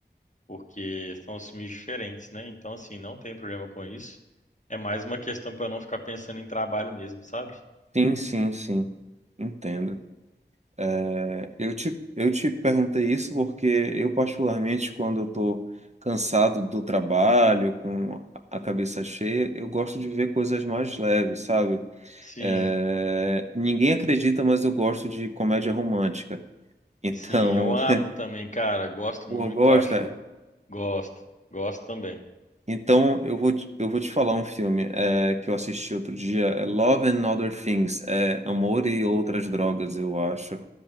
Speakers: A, on the left; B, on the right.
A: porque são os filmes diferentes, né? Então, assim, não tem problema com isso. É mais uma questão para não ficar pensando em trabalho mesmo, sabe?
B: Sim, sim, sim. Entendo. É, eu te, eu te perguntei isso porque eu, particularmente, quando eu tô cansado do trabalho, com a cabeça cheia, eu gosto de ver coisas mais leves, sabe?
A: Sim,
B: É, ninguém acredita, mas eu gosto de comédia romântica. Então,
A: sim, eu amo
B: <laughs>
A: também, cara. Gosto
B: pô,
A: muito,
B: gosta?
A: acho, gosto, gosto também.
B: Então, eu vou te, eu vou te falar um filme é, que eu assisti outro dia, é Love and Other Things, é Amor e Outras Drogas, eu acho,